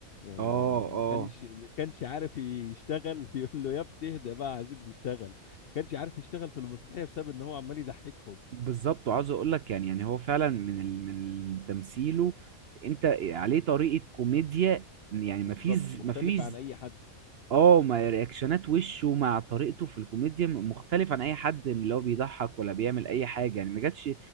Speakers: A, on the left; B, on the right.
A: آه،
B: اه
A: ما
B: اه
A: كانش ما كانش عارف يشتغل <laughs> يقول له يا ابني اهدى بقى عايزين نشتغل ما كانش عارف يشتغل في المسرحيه بسبب ان هو عمال يضحكهم
B: بالظبط وعاوز اقول لك يعني يعني هو فعلا من ال... من تمثيله انت عليه طريقه كوميديا يعني مفيش
A: بالظبط مختلف
B: مفيش
A: عن اي حد
B: اه ما رياكشنات وشه مع طريقته في الكوميديا م- مختلف عن اي حد اللي هو بيضحك ولا بيعمل اي حاجه يعني ما جاتش